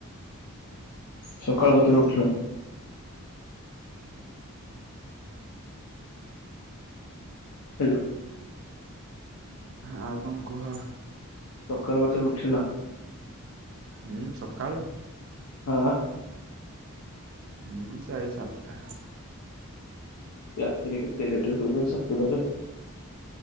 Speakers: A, on the left; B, on the right.
A: ସକାଳୁ କେତେବେଳେ ଉଠିଲ? ହେଲୋ
B: ଆଉ କଣ କୁହ।
A: ସକାଳ କଥା ଉଠିଲ
B: ଉୁଁ ସକାଳୁ।
A: ହଁ
B: ହୁଁ ଚାରି ସାତଟା।
A: ରାତିରେ କେତେ ଲେଟର ଶୋଉଛ ସତଟାରେ।